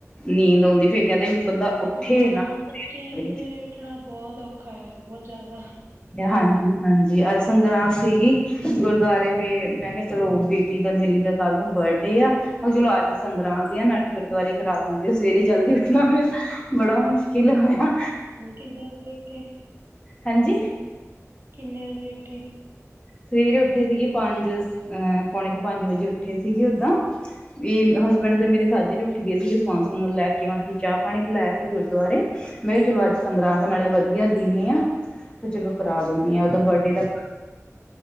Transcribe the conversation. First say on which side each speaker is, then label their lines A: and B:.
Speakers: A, on the left; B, on the right.
A: ਨੀਂਦ ਆਉਂਦੀ ਫੇਰ ਕਹਿੰਦੇ ਵੀ ਬੰਦਾ ਉੱਠੇ
B: ਹਾਂ
A: ਨਾ
B: ਸੱਚੀ
A: ਕਰੇ
B: ਸਵੇਰੇ ਉੱਠਣਾ ਬਹੁਤ ਔਖਾ ਆ ਬਹੁਤ ਜਾਦਾ।
A: ਹਾਂਜੀ-ਹਾਂਜੀ ਅੱਜ ਸੰਗਰਾਂਦ ਸੀਗੀ। ਗੁਰੂਦੁਆਰੇ ਗਏ ਮੈਂ ਕਿਹਾ ਚਲੋ ਬੇਟੀ ਦਾ ਮੇਰੀ ਦਾ ਕੱਲ ਨੂੰ ਬਰਡੇ ਆ ਮੈਂ ਕਿਹਾ ਚਲੋ ਅੱਜ ਸੰਗਰਾਂਦ ਦੀ ਆ ਨਾਲੇ ਗੁਰਦੁਆਰੇ ਕਰਾ ਦਿੰਦੇ ਆ ਸਵੇਰੇ ਜਲਦੀ ਉੱਠਣਾ ਪਿਆ ਬੜਾ ਮੁਸ਼ਕਿਲ ਹੋਇਆ।
B: ਹੂੰ ਕਿੰਨੇ ਵਜੇ ਉੱਠੇ।
A: ਹਾਂਜੀ।
B: ਕਿੰਨੇ ਵਜੇ ਉੱਠੇ।
A: ਸਵੇਰੇ ਉੱਠੇ ਸੀਗੇ ਪੰਜ ਅਹ ਪੌਣੇ ਕਿ ਪੰਜ ਵਜੇ ਉੱਠੇ ਸੀਗੇ ਓਦਾ। ਵੀ ਹਸਬੈਂਡ ਤਾਂ ਮੇਰੇ ਸਾਜਰੇ ਉੱਠ ਗਏ ਸੀਗੇ ਸਮਾਨ-ਸਮੂਨ ਲੈ ਕੇ ਆਉਣਾ ਸੀ ਚਾਹ ਪਾਣੀ ਪਿਲਾਇਆ ਸੀ ਗੁਰਦੁਆਰੇ। ਮੈਂ ਕਿਹਾ ਚਲੋ ਅੱਜ ਸੰਗਰਾਂਦ ਆ ਨਾਲੇ ਬੱਚ ਵਧੀਆ ਦਿਨ ਆ ਤੇ ਚਲੋ ਕਰਾ ਦਿੰਦੇ ਹ ਉਹਦਾ ਬਰਡੇ ਦਾ
B: ਹੂੰ।